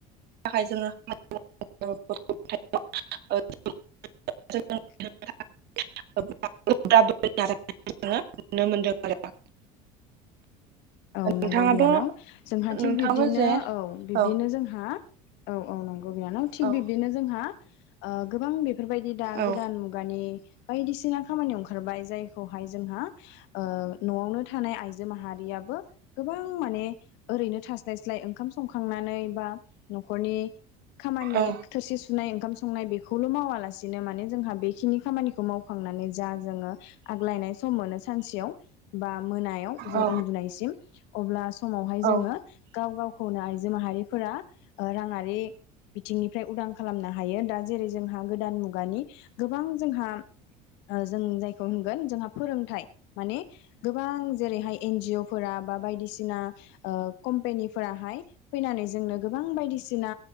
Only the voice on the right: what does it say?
थाखाय जोङो <unintelligible>
<unintelligible> नुनो मोनदों आरो
नोंथाङाबो
नोंथाङाबो
जे
औ
औ
औ
औ
औ
औ